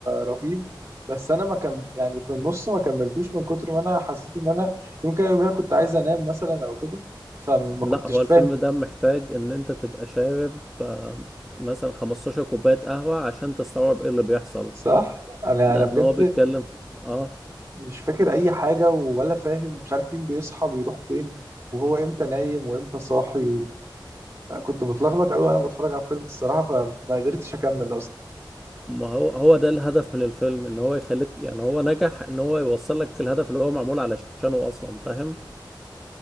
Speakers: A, on the right; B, in the centre.
A: رهيب بس انا ما كم يعني في النص ما كملتوش من كتر ما انا حسيت ان انا يمكن يوميها كنت عايز انام مثلا او كده فما
B: لا
A: كنتش
B: هو الفيلم
A: فاهم
B: ده محتاج ان انت تبقى شارب آه، مثلا 15 كوباية قهوة عشان تستوعب ايه اللي بيحصل
A: صح انا
B: لان
A: انا بجد
B: هو بيتكلم في... اه
A: مش فاكر اي حاجه ولا فاهم ومش عارف مين بيصحى بيروح فين وهو امتى نايم وامتى صاحي و... يعني كنت متلخبط قوي وانا بتفرج على الفيلم الصراحه فما قدرتش اكمل اصلا
B: ما هو هو ده الهدف من الفيلم ان هو يخليك يعني هو نجح ان هو يوصل لك الهدف اللي هو معمول علشانه اصلا فاهم